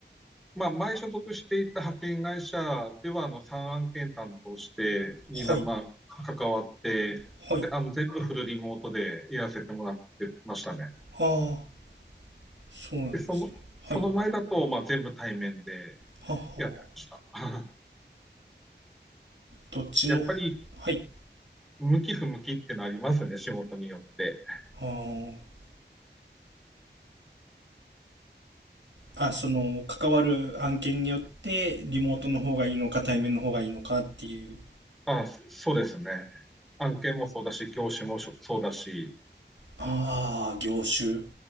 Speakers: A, in the centre; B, on the right (about 85°).
A: まあ、前所属していた派遣会社では、あの、3案件担当して、にな、
B: はい、
A: まあ、関わって、
B: はい。
A: で、あの、全部フルリモートでやらせてもらってましたね。
B: ああ、そうなんですね。
A: で、その、
B: はい、
A: その前だと、まあ、全部対面で
B: はは。
A: やってました。<laughs>
B: どっちの
A: やっぱり、
B: はい。
A: 向き不向きってのありますね、仕事によって。
B: ああ。あその関わる案件によってリモートの方がいいのか対面の方がいいのかっていう
A: あ、そうですね。案件もそうだし、業種もそそうだし、
B: ああ業種